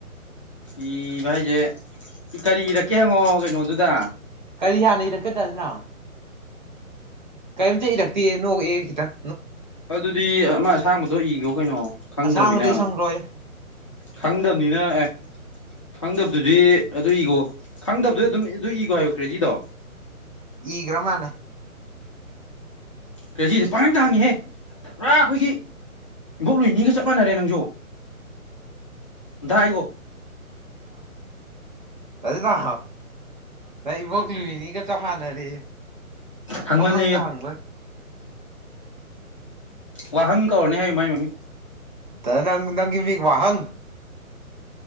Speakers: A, on the left; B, on the right.
A: ꯏꯕ ꯍꯥꯏꯁꯦ ꯀꯔꯤ ꯏꯔꯛꯀꯦ ꯍꯪꯉꯣ ꯀꯩꯅꯣꯗꯨꯗ
B: ꯀꯔꯤ ꯍꯥꯟꯅ ꯏꯔꯛꯀꯗꯁꯤꯅ ꯀꯔꯤꯝꯇ ꯏꯔꯛꯇꯦ ꯅꯣꯛꯑꯦ ꯈꯤꯇꯪ
A: ꯑꯗꯨꯗꯤ ꯑꯃ ꯑꯁꯥꯡꯕꯗꯣ ꯏꯈꯣ ꯀꯩꯅꯣ ꯈꯪꯗ꯭ꯔꯅꯤꯅ
B: ꯑꯁꯥꯡꯕꯗꯩ ꯁꯪꯈ꯭ꯔꯣꯏ
A: ꯈꯪꯗꯕꯅꯤꯅ ꯑꯦ ꯈꯪꯗꯕꯗꯨꯗꯤ ꯑꯗꯨ ꯏꯈꯣ ꯈꯪꯗꯕꯗ ꯑꯗꯨꯝ ꯑꯗꯨ ꯏꯈꯣ ꯍꯥꯏꯌꯣꯛꯈ꯭ꯔꯦ ꯁꯤꯗꯣ
B: ꯏꯒ꯭ꯔꯃꯅ
A: ꯀꯦꯖꯤꯗ ꯄꯥꯍꯪ ꯇ ꯍꯪꯉꯤꯍꯦ ꯄꯨꯔꯥ ꯑꯩꯈꯣꯏꯒꯤ ꯏꯕꯣꯛꯂꯣꯏꯅꯤꯒ ꯆꯞ ꯃꯥꯟꯅꯔꯦ ꯅꯪꯁꯨ ꯑꯣꯗꯏꯌ
B: ꯇꯔꯤꯍ ꯅ ꯣꯒꯂꯤ ꯃꯤꯅꯤ ꯀ ꯆ ꯃꯥꯅꯔꯦ
A: ꯍꯪꯃꯜꯂꯦꯌꯣ
B: ꯑꯪꯗ ꯍꯪꯕ
A: ꯋꯥꯍꯪ ꯀꯧꯔꯅꯤ ꯍꯥꯏꯌꯨ ꯃꯥꯏ ꯃꯃꯤ
B: ꯇ ꯅꯪ ꯅꯪ ꯃꯤ ꯋꯥꯍꯪ